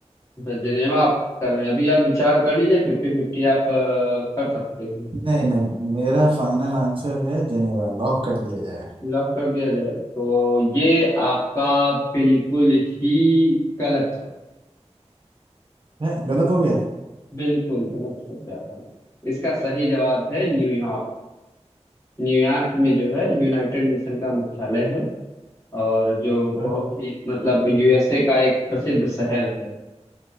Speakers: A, on the left; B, on the right.
A: अच्छा, जिनेवा आप कर रहे हैं अभी आप विचार कर लीजिए फिफ्टी फिफ्टी आप अ, कर सकते हो
B: नहीं नहीं मेरा फाइनल आंसर है जेनेवा लॉक कर दिया जाए
A: लॉक कर दिया जाए तो ये आपका बिल्कुल ही गलत जवाब
B: है गलत हो गया
A: बिल्कुल गलत हो गया भाई इसका सही जवाब है न्यूयॉर्क न्यूयॉर्क में जो है यूनाइटेड नेशन का मुख्यालय है और जो
B: अरे
A: बहुत ही मतलब यूएसए का एक प्रसिद्ध शहर है